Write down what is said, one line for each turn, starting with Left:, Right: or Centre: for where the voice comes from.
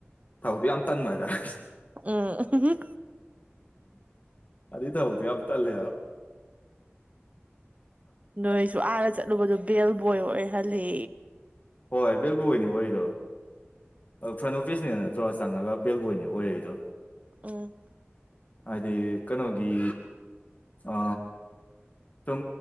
Left: ꯍꯗ ꯌꯥꯝ ꯇꯟ ꯃꯔ ꯔ
Right: ꯎꯝ
Left: ꯑꯗꯨ ꯇ ꯍꯧꯗꯤ ꯌꯥꯝ ꯇꯜꯂꯦ
Right: ꯅꯣꯏꯁꯨ ꯑꯥꯔ ꯆꯠꯂꯨꯕꯗꯣ ꯕꯦꯜ ꯕꯣꯏ ꯑꯣꯏꯍꯜꯂꯤ
Left: ꯍꯣꯏ ꯕꯦꯜꯕꯨꯅꯤ ꯋꯥꯔꯤꯗꯣ ꯐ꯭ꯔꯟ ꯑꯣꯐꯤꯁꯅꯦ ꯅꯠꯇ꯭ꯔꯣ ꯆꯪꯉꯒ ꯕꯦꯜꯕꯣꯏꯅꯦ ꯑꯣꯏꯔꯛꯗꯣ
Right: ꯎꯝ
Left: ꯍꯥꯏꯗꯤ ꯀꯩꯅꯣꯒꯤ ꯑ ꯁꯨꯝ